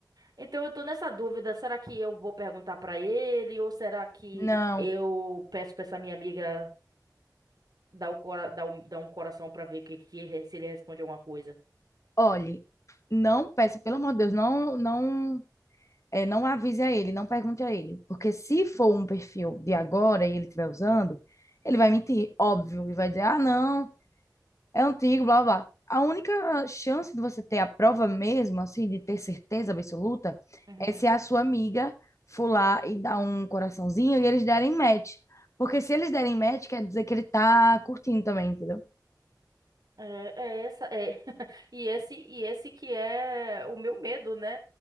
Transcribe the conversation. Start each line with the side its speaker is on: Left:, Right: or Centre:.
Right: Então eu tô nessa dúvida, será que eu vou perguntar pra ele ou será que
Left: Não,
Right: eu peço pra essa minha amiga dar, o cora dar, um, dar um coração pra ver que, que ele- se ele responde alguma coisa?
Left: olhe, não peça, pelo amor de Deus, não, não, é, não avise a ele, não pergunte a ele, porque se for um perfil de agora e ele estiver usando, ele vai mentir, óbvio, e vai dizer, ah, não, É antigo, blá, blá, blá. A única chance de você ter a prova mesmo, assim, de ter certeza absoluta,
Right: Uhum.
Left: é se a sua amiga for lá e dar um coraçãozinho e eles derem match. Porque se eles derem match, quer dizer que ele tá curtindo também, entendeu?
Right: É, é essa é <laughs> e esse e esse que é o meu medo, né?